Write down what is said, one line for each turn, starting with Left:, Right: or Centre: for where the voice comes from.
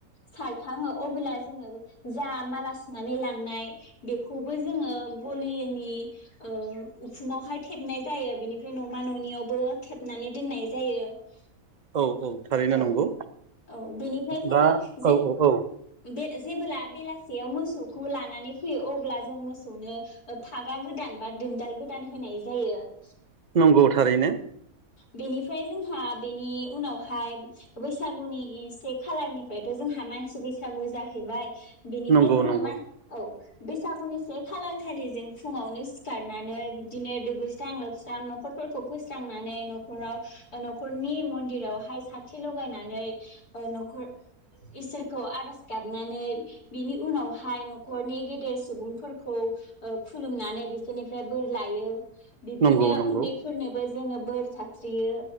Left: सारखाङो अबोला जोङो जा माला सुनानै लांनाय बेखौबो जोङो गलिनि ओ उ उखुमावहाय थेबनाय जायो बेनिफ्राय न'मा न'नियावबो थेबनानै दोननाय जायो ।
Right: औ थारैनो
Left: औ
Right: नंगौ
Left: औ बेनिफ्राय जोङो
Right: दा
Left: जे
Right: औ औ औ
Left: बे जेब्ला बेलासेयाव मोसौखौ लानानै फैयो अब्ला जों मोसौनो फागा गोदान बा दोनदाल गोदान होनाय जायो ।
Right: नंगौ थारैनो ।
Left: बेनिफ्राय जोंहा बेनि उनावहाय बैसागुनि ए से खालारनिफ्रायथ' जोंहा मानसि बैसागु जाहैबाय बिनिफ्राय
Right: नंगौ
Left: जोङो
Right: नंगौ
Left: मान औ । बैसागुनि से खालार खालि जों फुङावनो सिखारनानै बिदिनो दुगैस्रां लोबस्रां न'खर खौ फोस्रांनानै न'खराव न'खरनि मन्दिरावहाय साथि लगायनानै ओ न'खर इसोरखौ आर'ज गाबनानै बिनि उनावहाय न'खरनि गेदेर सुबुंफोरखौ ओ खुलुमनानै बिसोरनिफ्राय बोर लायो । बिब्दिनो
Right: नंगौ नंगौ
Left: उन्दैफोरनोबो जोङो बोर सार स्रियो